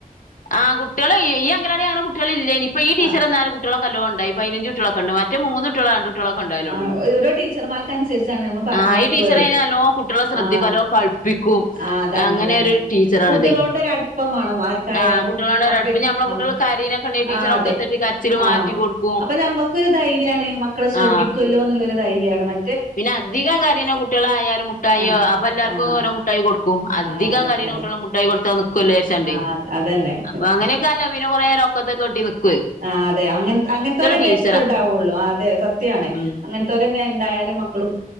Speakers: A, on the left; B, on the right.
A: ആഹ് കുട്ടികൾ ഈ അങ്കലാടീല് അങ്ങനെ കുട്ടികളില്ലെനി ഇപ്പൊ ഈ ടീച്ചർ
B: ആഹ്
A: വന്നാരെ കുട്ടികളൊക്കെല്ലോം ഉ ണ്ടായി പതിനഞ്ചുട്ടികളൊക്കെ ഉണ്ട് മറ്റെ മൂന്ന് ട്ടി ളോ രണ്ട് ട്ടിളൊക്കെ ഉണ്ടാവാലോള്ളെനി
B: ആഹ് ഓരോ ടീച്ചർമാർക്ക് അനുസരിച്ചാണ് നമ്മള് പറഞ്ഞയക്കുവേ
A: ആഹ് ഈ ടീച്ചർ അയിന് നല്ലോം കുട്ടികളെ ശ്രദ്ധിക്കും
B: ആഹ്
A: നല്ലോം കള് പ്പിക്കും
B: ആഹ് അതാണ്
A: അങ്ങനെ
B: അതാണ്
A: ഒരു ടീച്ചറാണിതെ
B: കുട്ടികളോണ്ട് ഒരു അടുപ്പം വേണം ആർക്കായാലും
A: ആഹ് കുട്ടികളൊണ്ട് ഒടുപ്പം
B: അപ്പെ
A: ഞമ്മളെ
B: ആഹ്
A: കുട്ടികൾ കരീനൊക്കെ ഉണ്ടെങ്കിൽ ടീച്ചറൊക്കെത്തെട്ടി
B: ആഹ് അതെ
A: കരച്ചില്
B: ആഹ്
A: മാറ്റി കൊടുക്കും
B: അപ്പൊ നമ്മക്കൊരു ധൈര്യാണ് മക്കളെ ശ്രദ്ധിക്കല്ലോ
A: ആ
B: എന്നുള്ളൊരു ധൈര്യാണ് മ
A: പിന്നെ അധികം കറീണ കുട്ടികളായാലും മുട്ടായോ
B: ആഹ്
A: അപ്പൊ എല്ലാർക്കും
B: ആഹ്
A: ഓരോ മുട്ടായി കൊടു ക്കും അധികം
B: ആഹ് അതെ
A: കരീണ
B: അതെ
A: കുട്ടികൾ മുട്ടായി കൊട് ത്താ നിക്കുവല്ലോ വിചാരിച്ചാണ്ട്
B: ആഹ് അതന്നെ
A: അപ്പൊ അങ്ങനെയൊക്കെ നല്ല വി പിന്നെ കൊറേ നേരം ഒക്കത്തൊക്കെ കെട്ടി നിക്കും
B: ആഹ് അതെ അങ്ങന അങ്ങനെത്തോലെ തന്നെ
A: ടീച്ചറാ
B: ഇഷ്ടണ്ടാവുള്ളു അതെ സത്യാണ്
A: ഉം
B: അങ്ങനത്തോ ലന്നെ ണ്ടായാലും മക്കളും